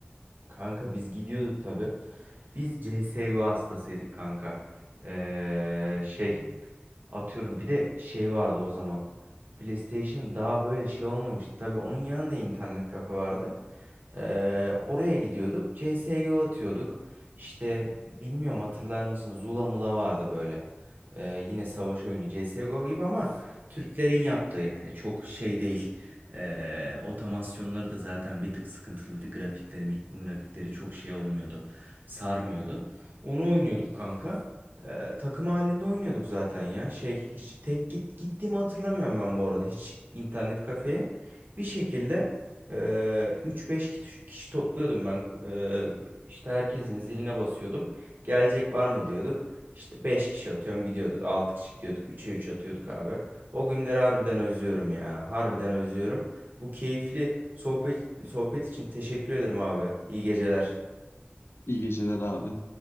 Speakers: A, on the right; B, on the left.
A: Kanka biz gidiyorduk tabii. Biz CSGO hastasıydık kanka. Ee, şey Atıyorum bir de şey vardı o zaman. PlayStation daha böyle şey olmamıştı. Tabii onun yanında internet kafe vardı. Ee, oraya gidiyorduk. CSGO atıyorduk. İşte bilmiyorum hatırlar mısın? Zula Mula vardı böyle. Ee, yine savaş oyunu CSGO gibi ama Türklerin yaptığı yani çok şey değil. Ee, otomasyonları da zaten bir tık sıkıntılıydı. Grafikleri, mik- grafikleri çok şey olmuyordu. Sarmıyordu. Onu oynuyorduk kanka. Ee, takım halinde oynuyorduk zaten ya. Şey hiç tek git gittiğimi hatırlamıyorum ben bu arada. Hiç internet kafeye. Bir şekilde e, 3-5 kişi, kişi topluyordum ben. E, işte herkesin ziline basıyordum. Gelecek var mı diyorduk. İşte 5 kişi atıyorum gidiyorduk. altı kişi gidiyorduk. 3'e 3 atıyorduk abi. O günleri harbiden özlüyorum ya. Harbiden özlüyorum. Bu keyifli sohbet sohbet için teşekkür ederim abi. İyi geceler.
B: İyi geceler abi.